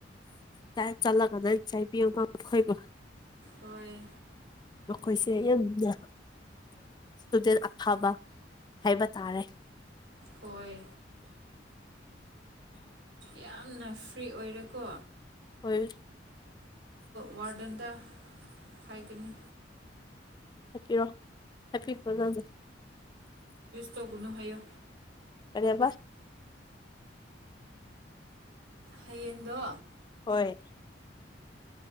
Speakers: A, on the left; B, on the right.
A: ꯆꯥꯏ ꯆꯠꯂꯒ ꯑꯗꯨ ꯆꯥꯏ ꯄ ꯈꯣꯏꯀꯣ
B: ꯍꯣꯏ
A: ꯃꯈꯣꯏꯁꯦ ꯌꯥꯝ ꯅ ꯏꯁꯇꯨꯗꯦꯟ ꯑꯐꯕ ꯍꯥꯏꯕ ꯇꯥꯔꯦ
B: ꯍꯣꯏ ꯌꯥꯝꯅ ꯐ꯭ꯔꯤ ꯑꯣꯏꯔꯦꯀꯣ
A: ꯍꯣꯏ
B: ꯋꯥꯔꯗꯟꯗ ꯍꯥꯏꯒꯅꯤ
A: ꯍꯥꯏꯄꯤꯔꯣꯑꯣ ꯍꯥꯏꯄꯤꯌ ꯐꯖꯒꯦ
B: ꯇꯣꯒꯨꯅ‌ꯣ ꯍꯥꯏꯌꯨ
A: ꯀꯔꯤꯑꯕꯥꯥ
B: ꯍꯌꯦꯡꯗꯣ
A: ꯍꯣꯏ